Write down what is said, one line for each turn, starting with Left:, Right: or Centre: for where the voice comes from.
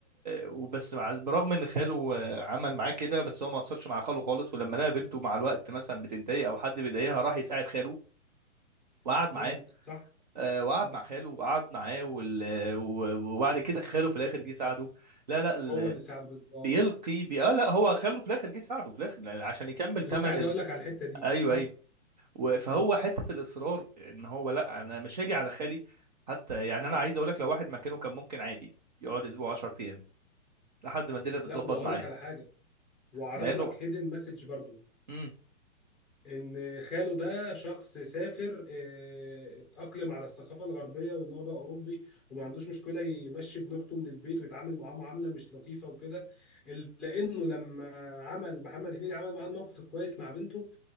Right: وبس مع... برغم ان خاله آه، عمل معاه كده بس هو ما قصرش مع خاله خالص ولما لقى بنته مع الوقت مثلا بتتضايق او حد بيضايقها راح يساعد خاله وقعد معاه
Centre: مم. صح
Right: آه، وقعد
Centre: مم.
Right: مع خاله وقعد معاه وال... آه، و- وبعد كده خاله في الاخر جه ساعده لا لا ال...
Centre: هو اللي ساعد بالظبط
Right: بيلقي بي... آه لا هو خاله في الاخر جه ساعده في الاخر عشان يكمل
Centre: كنت
Right: تمن
Centre: لسه عايز
Right: ال...
Centre: اقول لك على الحتة دي
Right: ايوه
Centre: صح
Right: ايوه و- فهو
Centre: مم.
Right: حته الاصرار ان هو لا انا مش هاجي على خالي حتى يعني
Centre: مم.
Right: انا عايز اقول لك لو واحد مكانه كان ممكن عادي يقعد اسبوع 10 ايام لحد ما الدنيا بتظبط
Centre: لا وهقول
Right: معاه
Centre: لك على حاجة وعرض
Right: لانه
Centre: لك هيدن مسج برضو
Right: امم
Centre: ان خاله ده شخص سافر آه، اتأقلم على الثقافة الغربية وان هو بقى اوروبي وما عندوش مشكلة يمشي ابن اخته من البيت ويتعامل معاه معاملة مش لطيفة وكده إلا لانه لما عمل محمد هنيدي عمل معاه الموقف الكويس مع بنته